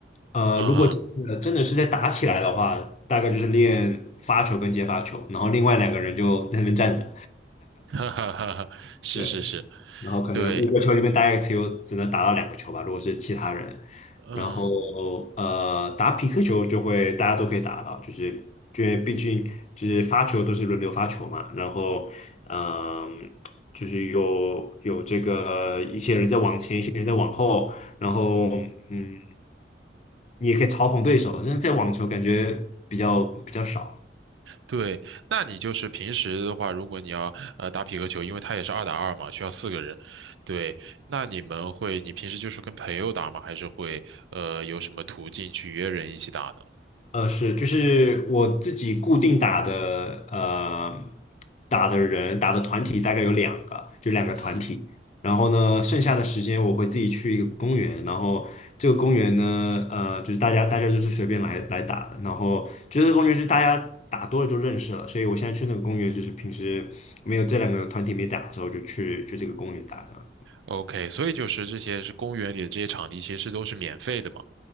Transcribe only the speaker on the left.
呃，
如果真的真的是在打起来的话，大概就是练发球跟接发球，然后另外两个人就在那边站着。
对。然后可能五个球里面大概只有只能打到两个球吧，
如果是其他人。
然后呃，打匹克球就会大家都可以打到，就是因为毕竟就是发球都是轮流发球嘛，然后嗯、就是有有这个一些人在往前，一些人在往后，然后嗯，你也可以嘲讽对手，但是在网球感觉比较比较少。
呃，是，就是我自己固定打的，呃，打的人打的团体大概有两个，就两个团体。
然后呢，剩下的时间我会自己去一个公园，然后这个公园呢，呃，就是大家大家就是随便来来打的。然后就是这个公园就是大家打多了就认识了，所以我现在去那个公园，就是平时没有这两个团体没打的时候，就去去这个公园打这样